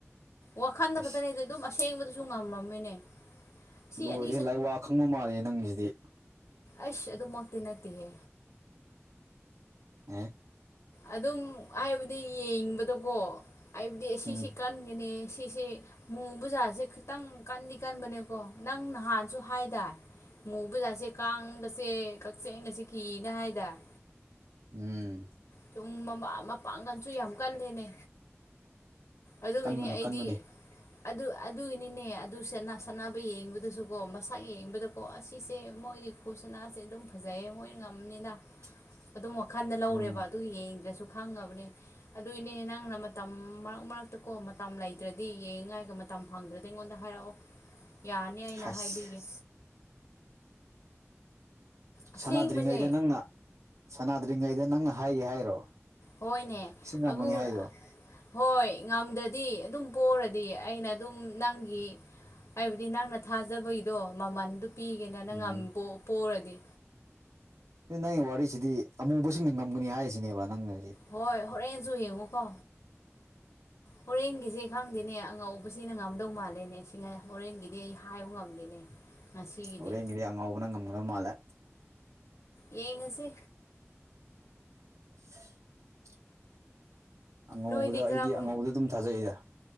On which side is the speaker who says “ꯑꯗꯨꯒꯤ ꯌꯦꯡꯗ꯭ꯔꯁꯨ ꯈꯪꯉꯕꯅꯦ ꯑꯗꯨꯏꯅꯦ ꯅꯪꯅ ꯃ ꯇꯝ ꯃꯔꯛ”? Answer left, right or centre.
Left